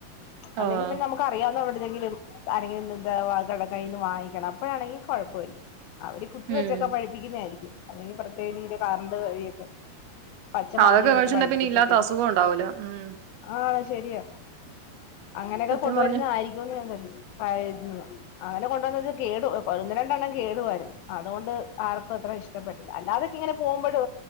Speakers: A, on the left (about 75°); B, on the right (about 85°).
A: അല്ലെങ്കി
B: ആഹ്
A: പിന്നെ നമു ക്കറിയാവുന്ന എവിട്ന്നെങ്കിലും ആരെങ്കിലും ന്ന് ദ വാകടെ കൈയിന്ന് വാങ്ങിക്കണം അപ്പഴാണെങ്കി കുഴപ്പവി അവര് ഈ കുത്തി
B: ഉം
A: വെച്ചൊക്കെ പഴുപ്പിക്കുന്നെയാരിക്കും. അല്ലെങ്കി പ്രത്യേക രീതിയില് കറണ്ട് വഴിയൊക്കെ. പച്ച മാങ്ങ
B: അതൊക്കെ
A: എടുത്ത്
B: കഴിച്ചിട്ടുണ്ടെ
A: പഴ്പ്പിച്ചൊക്കെ
B: പിന്നെ ഇല്ലാത്ത
A: ഇരിക്കും.
B: അസുഖം ഉണ്ടാവൂല ഉം
A: ആണ് ശരിയാ അങ്ങനെയൊക്കെ
B: സത്യം
A: കൊണ്ടുവരുന്നതായിരിക്കുംന്ന്
B: പറഞ്ഞ
A: ഞാൻ പ്രതി കരുതുന്നു. അങ്ങനെ കൊണ്ട് വന്നത് കേടു ഒന്ന് രണ്ടെണ്ണം കേടുവായിരുന്നു അതുകൊണ്ട് ആർക്കും അത്ര ഇഷ് ഇഷ്ടപ്പെട്ടില്ല അല്ലാതെക്കിങ്ങനെ പോവുംമ്പഴ്